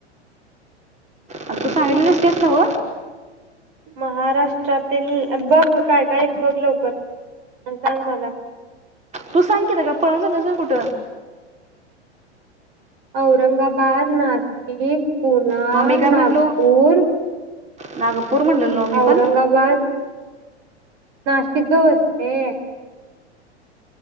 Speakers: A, on the right (about 20°); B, on the right (about 45°).
A: आ तु सांगीतलेलीस तेच नव?
B: महाराष्ट्रातील बघ काय? काय? हाइत बघ लवकर अन सांग मला.
A: तू सांग किता आता पळून चालल्यास व्हय कुठ?
B: औरंगाबाद, नाशिक पुणा,
A: मग मी काय म्हटलो
B: नागपूर,
A: नागपूर म्हटलेलं ना मी
B: औरंगाबाद
A: पण
B: नाशिक ग वर्षे.